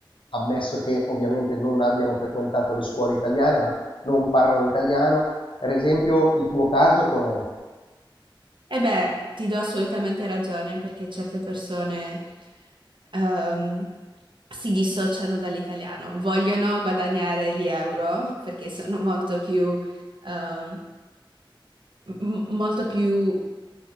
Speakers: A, on the left; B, on the right.
A: ammesso che ovviamente non abbiano frequentato le scuole italiane, ma non parlano l'italiano. Per esempio, il tuo caso com'è?
B: E beh, ti do assolutamente ragione perché certe persone ehm, si dissociano dall'italiano, vogliono guadagnare gli euro perché sono molto più, ehm, m- molto più